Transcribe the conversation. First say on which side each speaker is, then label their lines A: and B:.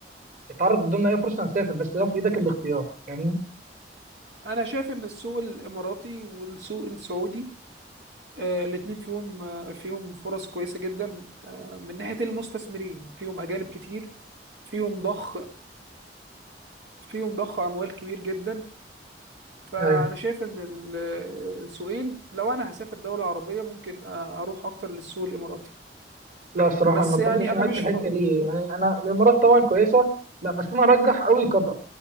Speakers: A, on the right (about 45°); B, on the right (about 80°).
A: اتعرض قدامنا أي فرصة هنسافر بس لو في إيدك الاختيار فاهمني؟
B: انا شايف ان السوق الاماراتي والسوق السعودي آه، الاتنين فيهم آه، فيهم فرص كويسه جدا آه، من ناحيه المستثمرين فيهم اجانب كتير فيهم ضخ فيهم ضخ اموال كبير جدا فانا
A: ايوه
B: شايف ان ال- السوقين لو انا هسافر دوله عربيه ممكن اروح اكتر للسوق الاماراتي
A: لا الصراحة
B: بس
A: أنا ما اتفقش
B: يعني انا
A: معاك
B: مش
A: في الحتة
B: ف...
A: دي يعني أنا الإمارات طبعا كويسة لا بس أنا أرجح أوي قطر